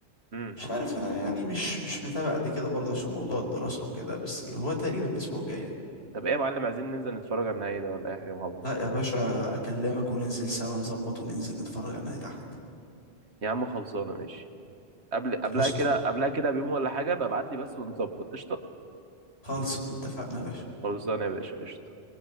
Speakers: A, on the right; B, on the left.
A: امم
B: مش عارف أنا يعني مش مش متابع قد كده برضه عشان موضوع الدراسة وكده بس هو تقريبا الأسبوع الجاي يعني.
A: طب ايه يا معلم عايزين ننزل نتفرج على النهائي ده ولا اي حاجه مع بعض
B: لا يا باشا أكلمك وننزل سوا نظبط وننزل نتفرج على النهائي تحت
A: يا عم خلصانه ماشي قبل قبلها
B: قشطة
A: كده قبلها كده بيوم ولا حاجه ببعت لي بس ونظبط قشطه
B: خالص اتفقنا يا باشا
A: خلصانه يا باشا قشطه